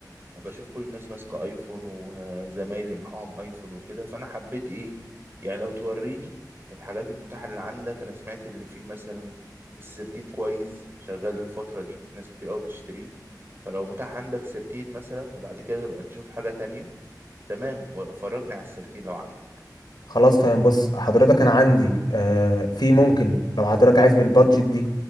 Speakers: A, on the right; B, on the left.
A: بشوف كل الناس ماسكة أيفون وزمايلي معاهم أيفون وكده فأنا حبيت إيه يعني لو توريني الحاجات المتاحة اللي عندك أنا سمعت اللي فيه مثلا السيرتين كويس شغال الفترة دي ناس كتير أوي بتشتريه فلو متاح عندك سيرتين مثلا وبعد كده نبقى نشوف حاجة تانية تمام وفرجني على السيرتين لو عندك
B: خلاص تمام بص حضرتك انا عندي آه، في ممكن لو حضرتك عايز بالبادجت دي